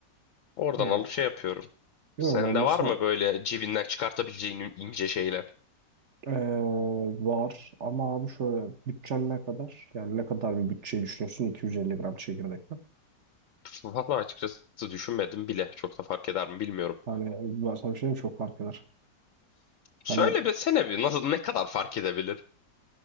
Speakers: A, on the left; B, on the right.
A: Oradan
B: Hı.
A: alıp şey yapıyorum.
B: Biliyorum
A: Sende
B: ben mesela
A: var mı böyle cibinden çıkartabileceğin in- ince şeyler?
B: Ee, var ama abi şöyle bütçen ne kadar? Yani ne kadar bir bütçeyi düşünüyorsun 250 gram çekirdekten?
A: Valla açıkçası düşünmedim bile. Çok da fark eder mi bilmiyorum.
B: Hani ben sana bir şey diyeyim mi? çok fark eder.
A: Söyle
B: Hani
A: be, sene bir nasıl ne kadar fark edebilir?